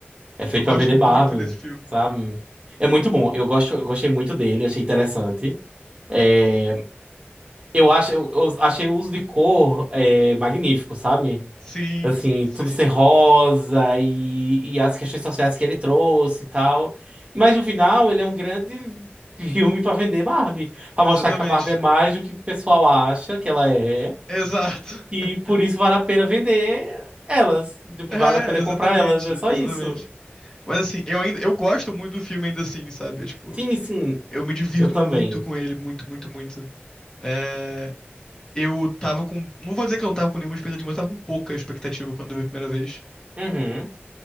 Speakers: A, on the right (about 30°); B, on the left (about 15°).
A: É feito
B: Eu gosto
A: pra vender
B: muito
A: Barbie,
B: desse filme.
A: sabe? É muito bom, eu gosto, eu gostei muito dele, achei interessante. É, Eu acho, eu, eu achei o uso de cor é, magnífico, sabe?
B: Sim,
A: Assim,
B: sim.
A: tudo ser rosa e, e as questões sociais que ele trouxe e tal. Mas no final, ele é um grande <laughs> filme pra vender Barbie, Pra
B: Exatamente.
A: mostrar que a Barbie é mais do que o pessoal acha que ela é,
B: Exato.
A: e
B: <laughs>
A: por isso vale a pena vender elas, tipo,
B: É,
A: vale a pena
B: exatamente,
A: comprar elas, é só
B: exatamente.
A: isso.
B: Mas assim, eu ainda eu gosto muito do filme ainda assim, sabe? É, Tipo,
A: Sim, sim,
B: eu me divirto
A: eu também.
B: muito com ele, muito, muito, muito. É, eu tava com, não vou dizer que eu não tava com nenhuma expectativa, mas eu tava com pouca expectativa quando eu vi a primeira vez.
A: Uhum.